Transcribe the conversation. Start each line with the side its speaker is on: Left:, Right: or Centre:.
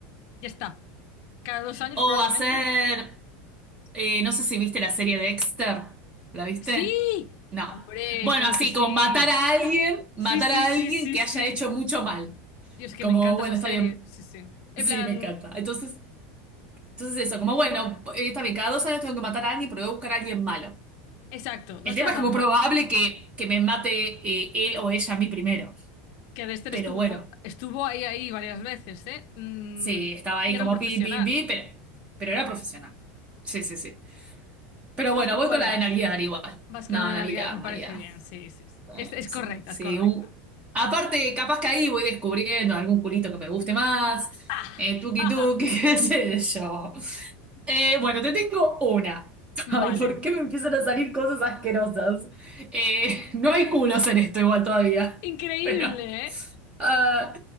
Left: y ya está. Cada dos años
Right: O
Left: probablemente.
Right: hacer... Eh, no sé si viste la serie de Dexter. ¿La viste?
Left: ¡Sí!
Right: No.
Left: Hombre,
Right: Bueno,
Left: claro
Right: así
Left: que sí.
Right: como matar a alguien, matar
Left: Sí, sí,
Right: a
Left: sí,
Right: alguien
Left: sí,
Right: que
Left: sí.
Right: haya hecho mucho mal.
Left: Dios, que
Right: Como,
Left: me encanta
Right: bueno,
Left: esa
Right: está
Left: serie.
Right: bien.
Left: Sí, sí. En
Right: Sí,
Left: plan,
Right: me encanta. Entonces, entonces eso, como, bueno, eh, está bien, cada dos años tengo que matar a alguien, pero voy a buscar a alguien malo.
Left: exacto, no
Right: El
Left: está
Right: tema es
Left: tan
Right: que muy
Left: mal.
Right: probable que, que me mate eh, él o ella a mí primero.
Left: Que Dexter
Right: Pero
Left: estuvo,
Right: bueno,
Left: po- estuvo ahí, ahí varias veces, ¿eh? Mm,
Right: sí, estaba ahí
Left: y era
Right: como
Left: un profesional.
Right: pi, pi, pi, pero, pero era profesional. Sí, sí, sí. Pero
Left: Entonces,
Right: bueno,
Left: ¿con
Right: voy
Left: cuál
Right: con la
Left: vas?
Right: de Navidad igual.
Left: Vas
Right: No,
Left: con la de
Right: Navidad,
Left: nalguear. Me parece
Right: Navidad.
Left: bien, sí, sí, sí. Es,
Right: Eh,
Left: es
Right: sí,
Left: correcta,
Right: sí.
Left: es correcta.
Right: u- Aparte, capaz que ahí voy descubriendo algún culito que me guste más.
Left: <laughs>
Right: Eh, tuki tuki, <laughs> qué sé yo. Eh, bueno, te tengo una. <laughs>
Left: Vale.
Right: Ay, ¿por qué me empiezan a salir cosas asquerosas? Eh, <laughs> no hay culos en esto igual todavía.
Left: Increíble,
Right: <laughs> Pero,
Left: ¿eh?
Right: ah,